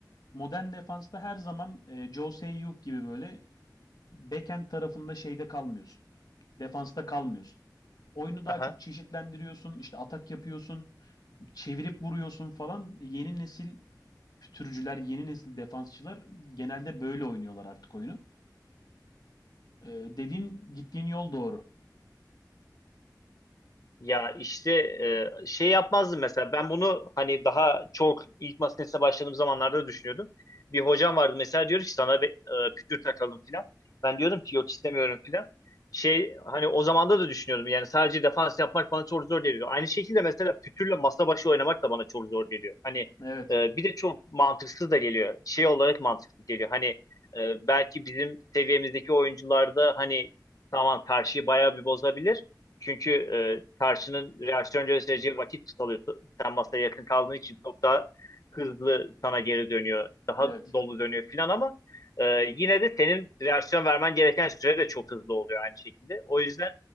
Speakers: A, on the left; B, on the left.
A: Modern defansta her zaman e, Jose Sayuk gibi böyle backend tarafında şeyde kalmıyorsun. Defansta kalmıyorsun. Oyunu
B: Aha.
A: daha çok çeşitlendiriyorsun, işte atak yapıyorsun, çevirip vuruyorsun falan. Yeni nesil türcüler, yeni nesil defansçılar genelde böyle oynuyorlar artık oyunu. Ee, dediğin gittiğin yol doğru.
B: Ya işte e, şey yapmazdım mesela ben bunu hani daha çok ilk masa başladığım zamanlarda düşünüyordum. Bir hocam vardı mesela diyor ki sana bir e, pütür takalım filan. Ben diyorum ki yok istemiyorum filan. Şey hani o zamanda da düşünüyordum yani sadece defans yapmak bana çok zor geliyor. Aynı şekilde mesela pütürle masa başı oynamak da bana çok zor geliyor. Hani
A: Evet,
B: e, bir de çok mantıksız da geliyor. Şey olarak mantıksız geliyor. Hani e, belki bizim seviyemizdeki oyuncularda hani tamam karşıyı bayağı bir bozabilir. Çünkü e, karşının reaksiyon göstereceği vakit tutalıyor. Sen masaya yakın kaldığın için çok daha hızlı sana geri dönüyor. Daha
A: evet.
B: dolu dönüyor filan ama e, yine de senin reaksiyon vermen gereken süre de çok hızlı oluyor aynı şekilde. O yüzden